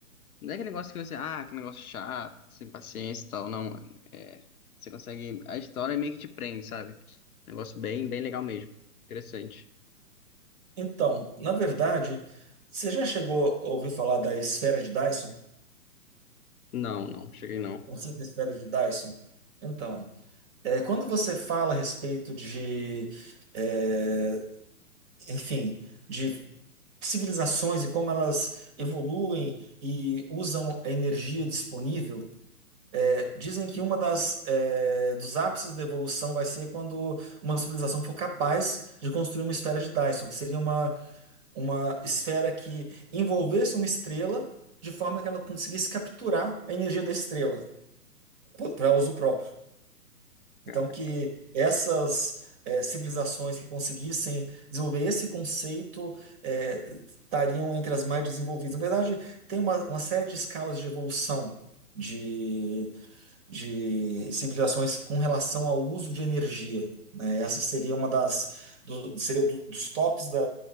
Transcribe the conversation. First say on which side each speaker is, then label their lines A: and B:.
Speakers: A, on the left; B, on the right.
A: Não é aquele negócio que você, ah, que negócio chato, sem paciência e tal, não. É, você consegue. A história meio que te prende, sabe? Negócio bem, bem legal mesmo. Interessante.
B: Então, na verdade, você já chegou a ouvir falar da esfera de Dyson?
A: Não, não, cheguei não.
B: Conceito de esfera de Dyson. Então, é, quando você fala a respeito de, é, enfim, de civilizações e como elas evoluem e usam a energia disponível, é, dizem que uma das, é, dos ápices da evolução vai ser quando uma civilização for capaz de construir uma esfera de Dyson, que seria uma, uma esfera que envolvesse uma estrela de forma que ela conseguisse capturar a energia da estrela para uso próprio.
A: Caralho.
B: Então, que essas eh, civilizações que conseguissem desenvolver esse conceito eh, estariam entre as mais desenvolvidas. Na verdade, tem uma, uma série de escalas de evolução de, de civilizações com relação ao uso de energia. né? Essa seria uma das do- seria do- dos tops da,